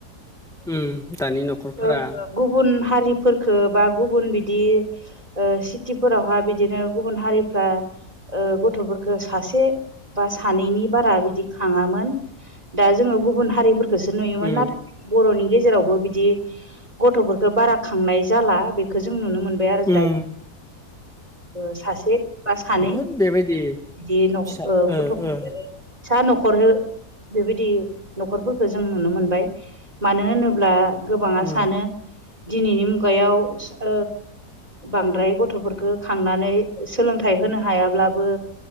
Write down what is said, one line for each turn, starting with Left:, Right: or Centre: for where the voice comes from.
Centre: उम दानि न'खरफोरा
Right: ओ गुबुन हारिफोरखौ बा गुबुन बिदि ओ सिटि फोरावहा बिदिनो गुबुन हारिफ्रा ओ गथ'फोरखौ सासे बा सानैनि बारा बिदि खाङामोन दा जोङो गुबुन हारिफोर खौसो नुयोमोन
Centre: उम
Right: नाथाय बर'नि गेजेरावबो बिदि गथ'फोरखौ बारा खांनाय जाला बे खौ जों नुनो मोनबाय आरो
Centre: उम
Right: दायो। ओ सासे बा सानै
Centre: बहुद बेबायदि
Right: बिदि
Centre: फिसा
Right: न'
Centre: ओ
Right: गथ'खौ फिसा
Centre: ओ
Right: न'खर हो बेबायदि न'खरफोरखौ जों नुनो मोनबाय, मानो होनोब्ला गोबाङा
Centre: ओ
Right: सानो दिनैनि मुगायाव बांद्राय गथ'फोरखौ खांनानै सोलोंथाइ होनो हायाब्लाबो